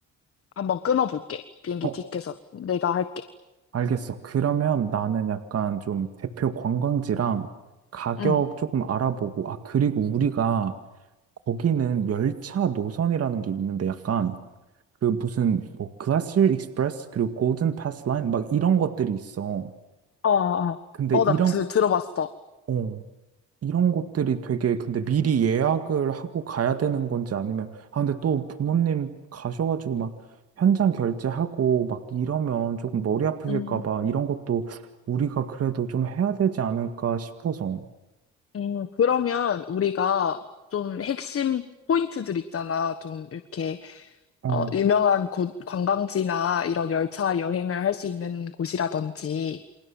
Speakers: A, on the left; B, on the right.
A: 한번 끊어볼게. 비행기
B: 어,
A: 티켓은 내가 할게.
B: 알겠어. 그러면 나는 약간 좀 대표 관광지랑 가격
A: 응.
B: 조금 알아보고, 아, 그리고 우리가 거기는 열차 노선이라는 게 있는데 약간 그 무슨 뭐 글라시어 익스프레스 그리고 골든 패스 라인 막 이런 것들이 있어.
A: 어, 어.
B: 근데
A: 어, 나
B: 이런,
A: 드, 들어봤어.
B: 어, 이런 것들이 되게 근데 미리 예약을 하고 가야 되는 건지 아니면 아 근데 또 부모님 가셔가지고 막 현장 결제하고 막 이러면 조금 머리 아프실까
A: 음,
B: 봐 이런 것도 우리가 그래도 좀 해야 되지 않을까 싶어서
A: 음, 그러면 우리가 좀 핵심 포인트들 있잖아. 좀 이렇게
B: 어,
A: 어, 유명한 곳, 관광지나 이런 열차 여행을 할 수 있는 곳이라든지